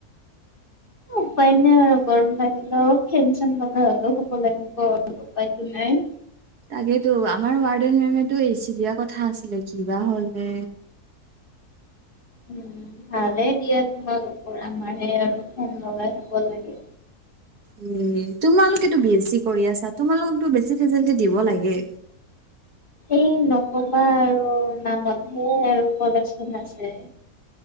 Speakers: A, on the left; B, on the right.
A: উপায় নাই আৰু গৰম লাগিলেও ফেন চেন লগাই হলেও শুব লাগিব আৰু উপায়টো নাই
B: তাকেইতো আমাৰ ৱাৰ্ডেন মেমেটো এ চি দিয়া কথা আছিলে কিবা হলে
A: উম ভালে দিয়া তোমালোকৰ আমাৰ হে আৰু ফেন লগাই শুব লাগে।
B: উম তোমালোকেতো বিএছচি কৰি আছা তোমালোকতো বেছি ফেচিলিটী দিব লাগে।
A: এই নকবা আৰু নামতহে আৰু কলেজখন আছে।